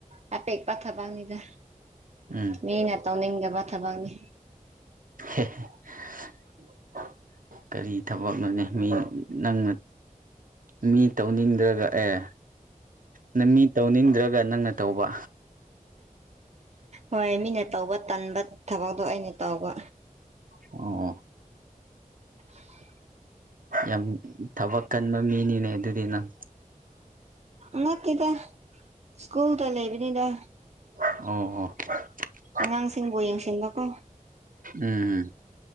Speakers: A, on the right; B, on the right.
A: ꯍꯥꯏꯐꯦꯠ ꯄꯥꯊꯥ ꯊꯕꯛ ꯅꯤꯗ
B: ꯎꯝ
A: ꯃꯤꯅ ꯇꯧꯅꯤꯡꯗꯕ ꯊꯕꯛꯅꯤ
B: <unintelligible> ꯀꯔꯤ ꯊꯕꯛꯅꯣꯅꯦ ꯃꯤ ꯅꯪꯅ ꯃꯤ ꯇꯧꯅꯤꯡꯗ꯭ꯔꯒ ꯑꯦ ꯅꯪ ꯃꯤ ꯇꯧꯅꯤꯡꯗ꯭ꯔꯒ ꯅꯪꯅ ꯇꯧꯕ
A: ꯍꯣꯏ ꯃꯤꯅ ꯇꯧꯕ ꯇꯟꯕ ꯊꯕꯛꯇꯣ ꯑꯩꯅ ꯇꯧꯕ
B: ꯑꯣ ꯑꯣ
A: <inaudible>
B: ꯌꯥꯝ ꯊꯕꯛ ꯀꯟꯕ ꯃꯤꯅꯤꯅꯦ ꯑꯗꯨꯗꯤ ꯅꯪ
A: ꯅꯠꯇꯦꯗ ꯁ꯭ꯀꯨꯜꯗ ꯂꯩꯕꯤꯅꯤꯗ
B: ꯑꯣ ꯑꯣ
A: ꯑꯉꯥꯡꯁꯤꯡꯕꯨ ꯌꯦꯡꯁꯤꯟꯕꯀꯣ
B: ꯎꯝ